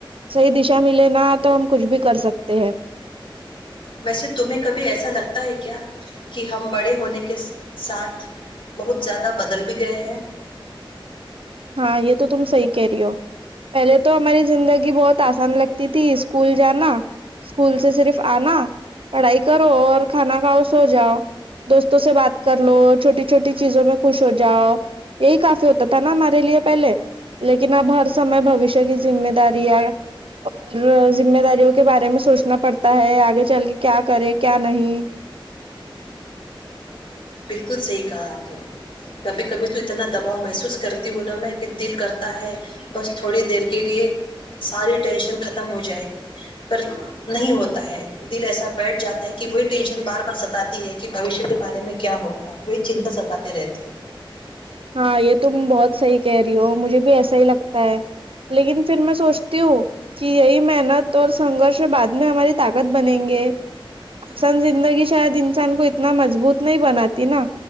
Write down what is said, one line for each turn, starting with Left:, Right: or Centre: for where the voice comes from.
Right: صحی دشا ملے نا تو ہم کچھ بھی کر سکتے ہیں
Left: ویسے تمہیں کبھی ایسا لگتا ہے کیا کہ ہم بڑے ہونے کے ساتھ بہت زیادہ بدل بھی گئے ہیں
Right: ہاں یہ تو تم صحیح کہہ رہی ہو پہلے تو ہماری زندگی بہت آسان لگتی تھی اسکول جانا اسکول سے صرف آنا پڑھائی کرو اور کھانا کھاؤ سو جاؤ دوستوں سے بات کر لو چھوٹی چھوٹی چیزوں میں خوش ہو جاؤ یہی کافی ہوتا تھا نا ہمارے دے لیے پہلے لیکن اب ہر سمے بوشیہ کی ذمہ داریاں اور ذمہ داریوں کے بارے میں سوچنا پڑتا ہے آگے چل کے کیا کرے کیا نہیں
Left: بالکل صحی کہا آپ نے کبھی کبھی تو اتنا دباؤ محسوس کرتی ہوں نا میں کہ دل کرتا ہے بس تھوڑی دیر کے لیے ساری ٹینشن ختم ہو جائے گی پر نہیں ہوتا ہے دل ایسا بیٹھ جاتا ہے کہ وہی ٹینشن بار بار ستی ہے کہ بھشیہ کے بارے میں کیا ہوگا وہی چنتا ستاتی رہتی ہے
Right: ہاں یہ تم بہت صحیح کہہ رہی ہو مجھے بھی ایسا ہی لگتا ہے لیکن پھر میں سوچتی ہوں کہ یہی محنت اور سنگرش بعد میں ہماری طاقت بنیں گے آسان زندگی شاید انسان کو اتنا مضبوط نہیں بناتی نا